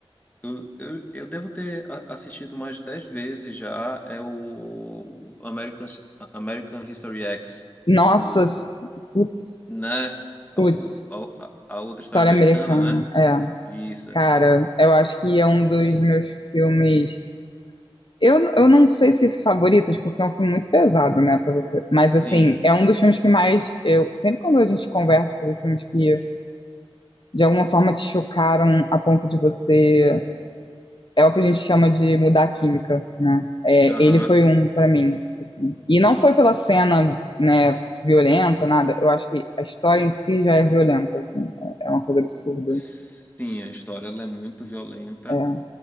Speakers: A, on the left; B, on the left.
A: Eu, eu, eu devo ter a- assistido mais de 10 vezes já. É o American, American History X.
B: Nossa,
A: O,
B: putz,
A: né?
B: putz,
A: O, a, a a outra
B: história
A: história americana,
B: americana.
A: né?
B: É,
A: Isso.
B: cara, eu acho que é um dos meus filmes Eu, eu não sei se favoritos, porque é um filme muito pesado, né, pra você. Mas,
A: Sim.
B: assim, é um dos filmes que mais eu. Sempre quando a gente conversa sobre filmes que de alguma forma te chocaram a ponto de você. É o que a gente chama de mudar a química, né? É,
A: Aham.
B: ele foi um pra mim, assim. E não foi pela cena, né, violenta, nada. Eu acho que a história em si já é violenta, assim. É é uma coisa absurda.
A: Sim, a história ela é muito violenta.
B: É,